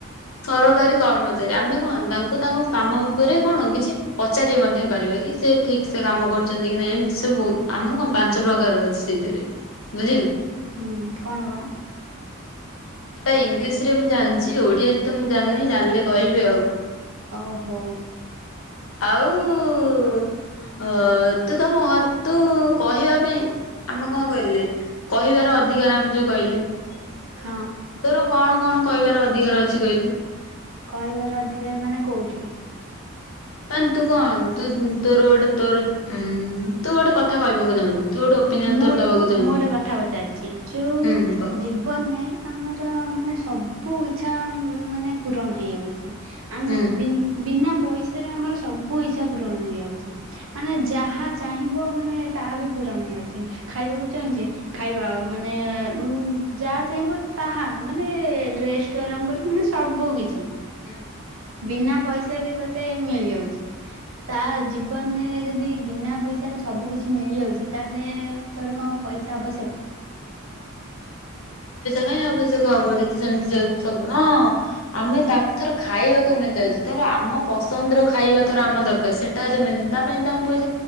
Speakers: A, on the left; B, on the right.
A: ସରକାରୀ କର୍ମଚାରୀ ଆମେ କଣ ତାଙ୍କୁ ତାଙ୍କ କାମ ଉପରେ କଣ କିଛି ପଚାରି ମଧ୍ୟ ପାରିବା କି ସେ ଠିକ ସେ କାମ କରୁଛନ୍ତି କି ନାହିଁ ଏମିତି ସବୁ ଆମର କଣ ପାଞ୍ଚ ପ୍ରକାର ଅଛି ସେଇଥିରେ ବୁଝିଲୁ।
B: ହୁଁ କଣ କଣ?
A: ସେଟା ଇଂଲିଶ ରେ ମୁଁ ଜାଣିଛି ଓଡିଆରେ ତ ମୁଁ ଜାଣିନି ଜାଣିଲେ କହିବି ଆଉ।
B: ଅ ହଉ।
A: ଆଉ ଅ ତୁ ତମ ଘରେ ତୁ କହିବା ପାଇଁ ଆମେ କଣ କହିଲେ? କହିବାର ଅଧିକାର ଆମେ ଯୋଉ କହିଲେ ତୋର
B: ହଁ
A: କଣ କଣ? କହିବାର ଅଧିକାର ଅଛି କହିଲୁ
B: କହିବାର ଅଧିକାର ମାନେ କୋଉଠି
A: ମାନେ ତୁ କଣ ତୁ ତୋର ଗୋଟେ ତୋର ଉଁ ତୁ ଗୋଟେ କଥା କହିବାକୁ ଚାହୁଁଛୁ ତୁ ଗୋଟେ ଓପିନିଅନ
B: ମୁଁ
A: ତୋର
B: ଗୋଟେ
A: ଦବାକୁ
B: କ ମୁଁ
A: ଚାହୁଁଛୁ
B: ଗୋଟେ କଥା ପଚାରିଛି ଯୋଉ
A: ହୁଁ କହ
B: ଜୀବନ ରେ ଆମର ର ମାନେ ସବୁ ଇଚ୍ଛା ମାନେ ପୂରଣ ହେଇଯାଉଛି ଆମେ
A: ହୁଁ
B: ବି ବିନା ପଇସାରେ ଆମର ସବୁ ଇଛା ପୂରଣ ହେଇଯାଉଛି ମାନେ ଯାହା ଚାହିଁବ ମାନେ ତାହା ବି ପୂରଣ ହେଇଯାଉ ଛି ଖାଇବାକୁ ଚାହୁଁଛେ ଖାଇବା ମାନେ ଉଁ ଯାହା ଚାହିଁବ ତାହା ମାନେ ରେଷ୍ଟ ଠୁ ଆରମ୍ଭ କରି ମାନେ ସବୁ କିଛି
A: ହୁଁ
B: ବିନା ପଇସାରେ ତତେ ମିଳିଯାଉଛି ତା ଜୀବନରେ ଯଦି ବିନା ପଇସାରେ ସବୁ କିଛି ମିଳିଯାଉଛି ତାହେଲେ ତୋର କଣ ପଇସା ଆବଶ୍ୟକ।
A: ପଇସା କାହିଁ ଆବଶ୍ୟକ ହବ ଯଦି ସେମିତି ଚାଲୁଛି ସବୁ ହଁ ଆମେ ତାକୁ ଥର ଖାଇବାକୁ ମିଳିଯାଉଛି ଧର ଆମ ପସନ୍ଦର ଖାଇବା ଥର ଆମ ଦରକାର ସେଇଟା ଯଦି ମିଳୁନି ତା ପାଇଁ ତଙ୍କୁ ପଇସ